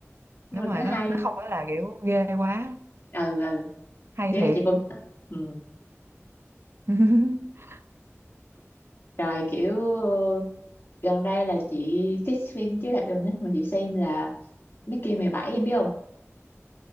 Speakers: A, on the left (about 50°); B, on the right (about 55°).
A: nhưng
B: đúng
A: mà
B: rồi
A: nó
B: nó
A: hay
B: nó không phải là kiểu ghê quá
A: ừ ừ
B: hay
A: thì
B: thiệt
A: nó chị cũng thích ừ
B: <laughs>
A: Rồi kiểu ờ, gần đây là chị cái phim chiếu rạp gần nhất mà chị xem là Mickey mười bảy em biết không?